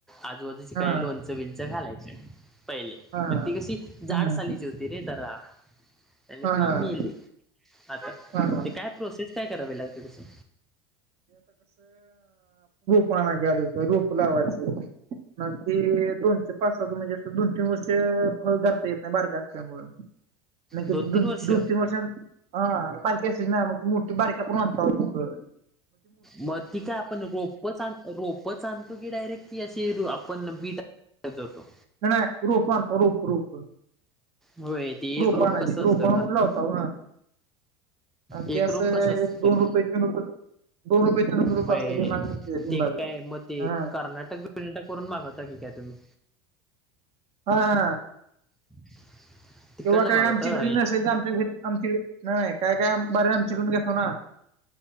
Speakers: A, in the centre; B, on the right.
A: आजूबाजूची
B: हा
A: काय लोणचं बंच घालायचे पहिले
B: हा
A: पण ती कशी
B: हा
A: जाड
B: हा
A: सालीची होती रे तर त्यांनी
B: हा
A: तु
B: हा
A: मेली आता
B: हा हा.
A: ते काय प्रोसेस काय करावी लागते तसं
B: पाणा कदू का रूप लावाचे मग त दोन पाच म्हणजे दोन तीन वर्ष फळ घाता येत नाही बारक्या असल्यामुून म्ह
A: दोन
B: दो
A: तीन वर्ष
B: दोन तीन वर्षां हा बारक सिज म मठी बारीक पण अो हो
A: मग ती काय आपण रोप रोप आणतो की डायरेक्टी शिरू आपण बीट जातो
B: त्या रूप स् रूप रूप
A: होय ते एक
B: रूपाणाची
A: रोप कसं असतं
B: रूपाणा
A: मग
B: लावता आणि
A: एक
B: ते असं
A: रूप कसं असत
B: एक
A: तर
B: दोन रुपये तीन रुपये दोन रुपये तीन रुपये रोप
A: होय
B: असते लय महाग नसते लिंबाच
A: ते काय मग ते
B: हा
A: कर्नाटक विंट करून मागवता की काय तुम्ही
B: हा
A: <inaudible> तिकडनं
B: कं <unintelligible> हा काय
A: मागवता
B: आमच्याकडे न असेल तर आम आमक नाही नाही का काय काय बरे आम चिकून घेतो ना.